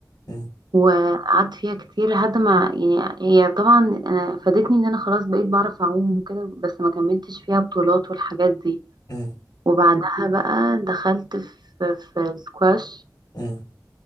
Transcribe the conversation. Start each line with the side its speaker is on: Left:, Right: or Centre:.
Left: امم
Right: وقعدت فيها كتير لحد ما يعني هي طبعا انا فادتني ان انا خلاص بقيت بعرف اعوم وكده بس ما كملتش فيها بطولات والحاجات دي
Left: امم
Right: وبعدها بقى دخلت في في السكواش
Left: امم